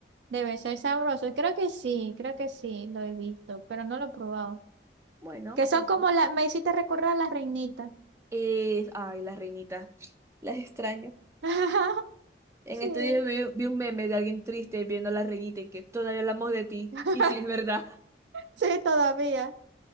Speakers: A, on the right; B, on the right.
A: Debe ser sabroso. Creo que sí, creo que sí, lo he visto, pero no lo he probado.
B: Bueno,
A: Que son
B: es,
A: como las, me hiciste recordar a las reinitas.
B: es- ay, las reinitas, las <laughs> extraño.
A: <laughs>
B: En
A: Sí.
B: estos días vi, vi un meme de alguien triste viendo a la reinita y que todavía hablamos de ti. <laughs>
A: <laughs>
B: Y sí es verdad.
A: Sí, todavía.